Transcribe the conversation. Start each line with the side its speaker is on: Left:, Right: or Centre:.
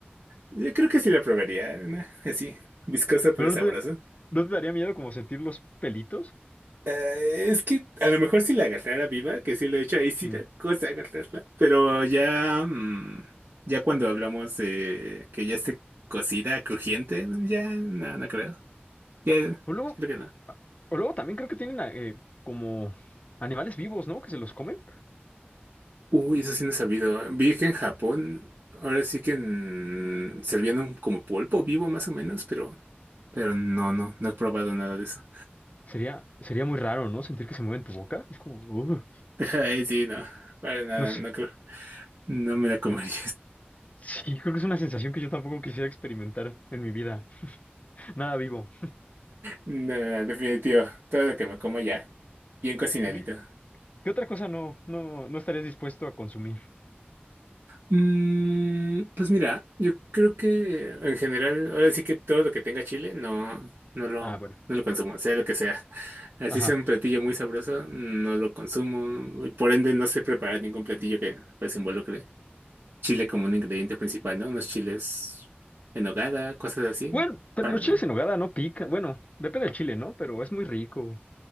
Right: Yo creo que sí la probaría, una así, viscosa pero
Left: pero
Right: sabrosa.
Left: no te, ¿no te daría miedo como sentir los pelitos?
Right: Eh, es que a lo mejor si la agarrara viva, que sí lo he hecho, ahí sí
Left: Mm.
Right: da cosa agarrarla. Pero ya, mm, ya cuando hablamos de que ya esté cocida, crujiente, ya no, no creo. Ya,
Left: O luego,
Right: creo que no.
Left: o luego también creo que tienen ah, eh, como animales vivos, ¿no? Que se los comen.
Right: Uy, eso sí no he sabido. Vi que en Japón, ahora sí que en- servían un- como pulpo vivo más o menos, pero, pero no, no, no he probado nada de eso.
Left: Sería, sería muy raro, ¿no? Sentir que se mueven tu boca. Es como, uh,
Right: <laughs> Ay, sí, no, para nada,
Left: no sé.
Right: no creo. No me la comería
Left: Sí, creo que es una sensación que yo tampoco quisiera experimentar en mi vida. Nada vivo.
Right: No, definitivo. Todo lo que me como ya. Bien cocinadito.
Left: ¿Qué, qué otra cosa no, no, no estarías dispuesto a consumir?
Right: Mm, pues mira, yo creo que en general, ahora sí que todo lo que tenga chile, no, no lo,
Left: Ah, bueno.
Right: no lo consumo, sea lo que sea. Así
Left: Ajá.
Right: sea un platillo muy sabroso, no lo consumo. y Por ende, no sé preparar ningún platillo que pues involucre chile como un ingrediente principal, ¿no? Unos chiles en nogada, cosas así,
Left: Bueno, pero
Right: para
Left: los
Right: nada.
Left: chiles en nogada no pican. Bueno, depende del chile, ¿no? Pero es muy rico.